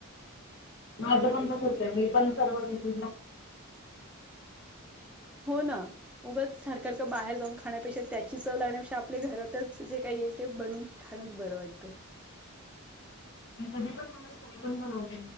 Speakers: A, in the centre; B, on the left (about 50°).
A: त्यांना
B: माझं
A: बाहेर
B: पण तसच आहे मी पण सर्वूनक
A: हो ना‌ उगच सरखं का बाहेर जाऊन खाण्यापेक्षा त्याची चव लागण्यापेक्षा आपल्या घरातच जे काही येईल ते बनून खाणच बरं वाटत.
B: <unintelligible> आम्ही पण बनवतो